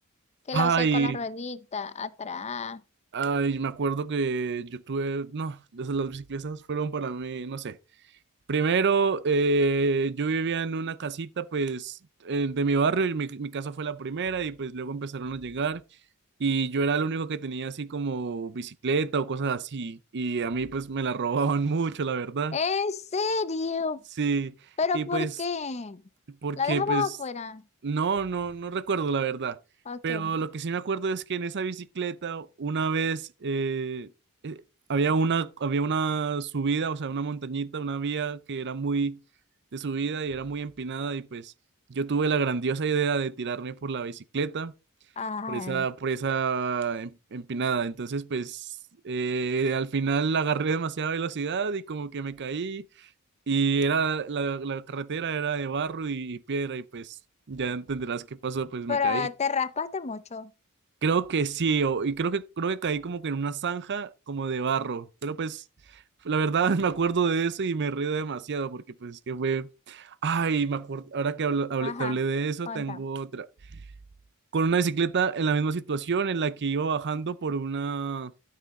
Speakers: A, on the left; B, on the right.
A: que
B: Ay,
A: la usé con la ruedita atrás.
B: ay, me acuerdo que yo tuve, no, esas las bicicletas fueron para mí, no sé. Primero, eh, yo vivía en una casita, pues, eh, de mi barrio y mi, mi casa fue la primera y pues luego empezaron a llegar y yo era el único que tenía así como bicicleta o cosas así y a mí pues me la robaban <laughs> mucho, la verdad.
A: ¿En serio?
B: Sí,
A: ¿Pero
B: y
A: por
B: pues
A: qué?
B: porque
A: ¿La dejabas
B: pues
A: afuera?
B: no, no, no recuerdo la verdad,
A: Ok.
B: pero lo que sí me acuerdo es que en esa bicicleta una vez eh, eh, había una, había una subida, o sea, una montañita, una vía que era muy de subida y era muy empinada y pues yo tuve la grandiosa idea de tirarme por la bicicleta,
A: Ay,
B: por esa, por esa em- empinada, entonces pues eh, al final agarré demasiada velocidad y como que me caí y era la, la carretera era de barro y, y piedra y pues ya entenderás qué pasó, pues
A: pero
B: me caí.
A: te raspaste mucho.
B: Creo que sí, o- y creo que creo que caí como que en una zanja como de barro, pero pues la verdad <laughs> me acuerdo de eso y me río demasiado porque pues que fue, ay, me acuerdo, ahora que hablo- hablé-
A: Ajá,
B: te hablé de eso,
A: cuéntame.
B: tengo otra. Con una bicicleta en la misma situación en la que iba bajando por una